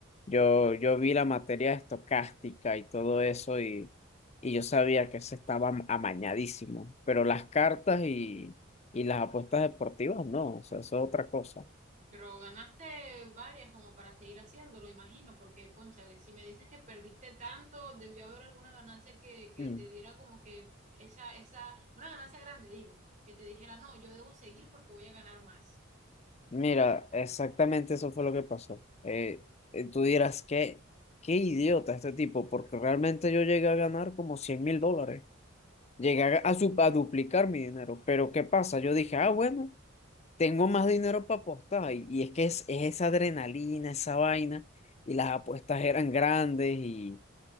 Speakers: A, on the left; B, on the right.
A: yo, yo vi la materia estocástica y todo eso y, y yo sabía que eso estaba am- amañadísimo, pero las cartas y, y las apuestas deportivas no, o sea, eso es otra cosa.
B: Pero ganaste varias como para seguir haciéndolo, imagino, porque, cónchale, si me dices que perdiste tanto, debió haber alguna ganancia que, que
A: Mm.
B: te diera como que esa, esa, una ganancia grande, digo, que te dijera, no, yo debo seguir porque voy a ganar más.
A: Mira, exactamente eso fue lo que pasó. Eh, eh, tú dirás, ¿qué, qué idiota este tipo? Porque realmente yo llegué a ganar como cien mil dólares. Llegué a, a su- a duplicar mi dinero. Pero ¿qué pasa? Yo dije, ah, bueno, tengo más dinero para apostar. Y, y es que es, es esa adrenalina, esa vaina. Y las apuestas eran grandes y,